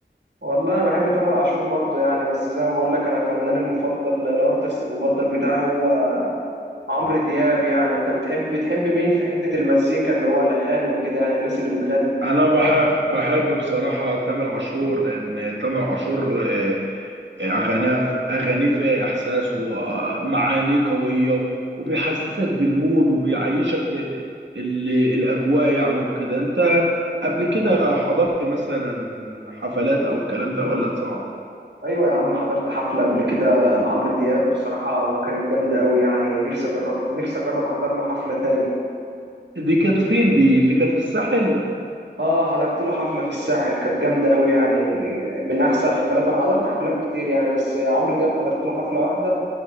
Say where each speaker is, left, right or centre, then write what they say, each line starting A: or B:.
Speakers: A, on the right; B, on the right.
A: والله انا بحب تامر عاشور برضو يعني بس زي ما بقول لك انا فنان المفضل الارتست المفضل بتاعي هو عمرو دياب يعني انت بتحب بتحب مين في حتة المزيكا اللي هو الاغاني وكده يعني الناس اللي بتغني
B: انا بحب بحب بصراحه تامر عاشور لان تامر عاشور آه، آه، اغانيه ف- اغانيه فيها احساس ومعاني قويه وبيحسسك بالمود وبيعيشك ال- الاجواء يعني وكده انت قبل كده حضرت مثلا حفلات او الكلام ده ولا صعب
A: ايوه يا عم حضرت حفله قبل كده لعمرو دياب بصراحه كانت جامده قوي يعني نفسي اجرب نفسي اجرب احضر له حفله تاني
B: دي كانت فين دي اللي كانت في الساحل
A: اه حضرت له حفله في الساحل كانت جامده قوي يعني من احسن الحفلات انا حضرت حفلات كتير يعني بس عمرو دياب حضرت له حفله واحده